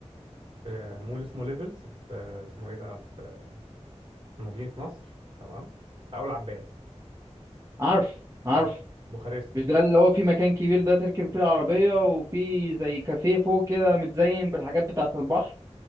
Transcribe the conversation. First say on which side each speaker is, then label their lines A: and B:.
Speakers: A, on the right; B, on the right.
A: في مول اسمه ليفلز في اسمه ايه ده في مدينه نصر تمام في اول عباس
B: عارف عارف
A: اه بوخارست
B: مش ده اللي هو في مكان كبير ده تركن فيه العربيه وفي زي كافيه فوق كده متزين بالحاجات بتاعه البحر